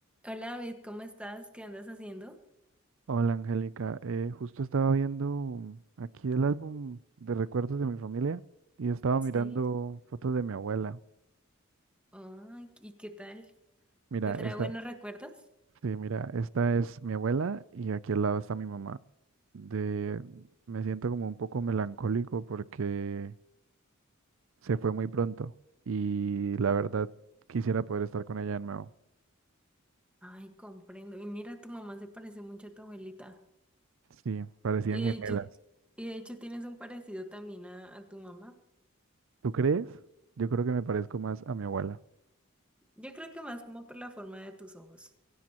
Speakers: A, in the centre; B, on the right (about 65°).
A: Hola David, ¿cómo estás? ¿Qué andas haciendo?
B: Hola Angélica, Eh, justo estaba viendo aquí el álbum de recuerdos de mi familia y estaba
A: Sí.
B: mirando fotos de mi abuela.
A: Ay, ¿y qué tal?
B: Mira,
A: ¿Te trae
B: esta,
A: buenos recuerdos?
B: sí, mira, esta es mi abuela y aquí al lado está mi mamá. De, me siento como un poco melancólico porque se fue muy pronto y la verdad quisiera poder estar con ella de nuevo.
A: Ay, comprendo. Y mira, tu mamá se parece mucho a tu abuelita.
B: Sí, parecían
A: Y de
B: gemelas.
A: hecho, y de hecho tienes un parecido también a, a tu mamá.
B: ¿Tú crees? Yo creo que me parezco más a mi abuela,
A: Yo creo que más como por la forma de tus ojos.